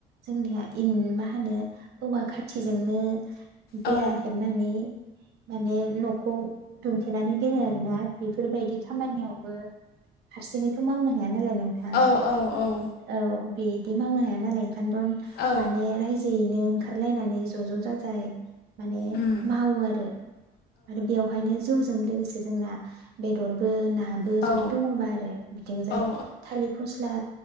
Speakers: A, on the right; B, on the left.
A: जोंनिया मा होनो औवा खाथिजोंनो बेरा
B: औ
A: हेबनानै माने नखौ दुंथेनानै दिनो आरोना बेफोरबायदि खामानियावबो हारसिङैथ मावनो हाया हाया नालाय नोंथां
B: औ औ
A: औ। बिदि मावनो हाया नालाय <unintelligible> माने
B: औ
A: रायजोयैनो ओंखारलायनानै ज ज जाजाय माने
B: ओम
A: मावो आरो आरो बेयाव जौजों लोगोसे जोना बेदरबो ना नाबो
B: औ
A: जुदि
B: औ
A: दङबा आरो बिथिंजाय
B: औ
A: थालिर फस्ला